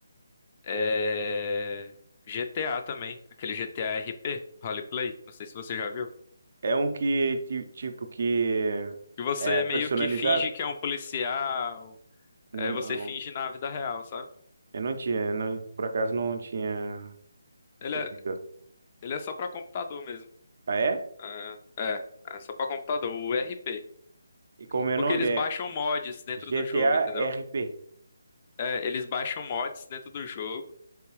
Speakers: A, on the left (about 30°); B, on the right (about 55°).
A: é, GTA também, aquele GTA RP, Roleplay. Não sei se você já viu.
B: É um que, ti- tipo, que
A: Que você
B: é personalizado?
A: meio que finge que é um policial,
B: Não,
A: é, você finge na vida real, sabe?
B: eu não tinha, não, por acaso não tinha
A: Ele
B: ouvido.
A: é, ele é só pra computador mesmo.
B: Ah, é?
A: É, é, é só pra computador, o RP.
B: E como
A: Porque
B: é o nome?
A: eles baixam
B: É
A: mods dentro
B: GTA
A: do jogo, entendeu?
B: RP.
A: É, eles baixam mods dentro do jogo,